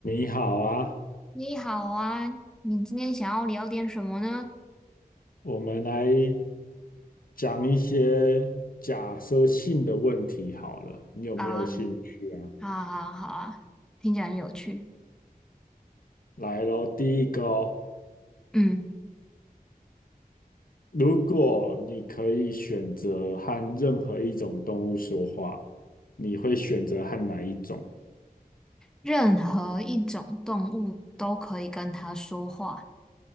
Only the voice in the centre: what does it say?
你好啊，你今天想要聊点什么呢？
好啊，好啊，好啊，好啊，听起来很有趣。
嗯，
任何一种动物都可以跟它说话，